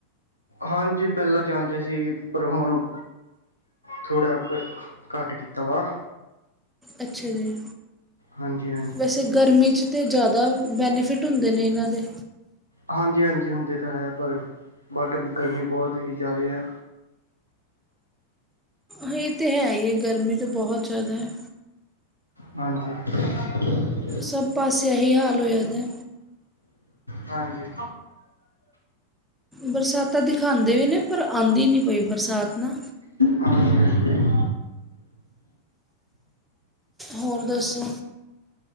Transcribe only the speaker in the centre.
ਅੱਛਾ ਜੀ।
ਵੈਸੇ ਗਰਮੀ 'ਚ ਤੇ ਜ਼ਿਆਦਾ ਬੈਨੀਫਿਟ ਹੁੰਦੇ ਨੇ ਇਨਾਂ ਦੇ
ਹ ਇਹ ਤਾਂ ਹੈ ਹੀ ਹੈ। ਗਰਮੀ ਤਾਂ ਬਹੁਤ ਜ਼ਿਆਦਾ ਹੈ।
ਸਭ ਪਾਸੇ ਏਹੀ ਹਾਲ ਹੋਇਆ ਦੇ
ਬਰਸਾਤਾਂ ਦਿਖਾਉਂਦੇ ਵੀ ਨੇ, ਪਰ ਆਉਂਦੀ ਨਹੀਂ ਪਈ ਬਰਸਾਤ ਨਾ
ਹੋਰ ਦੱਸੋ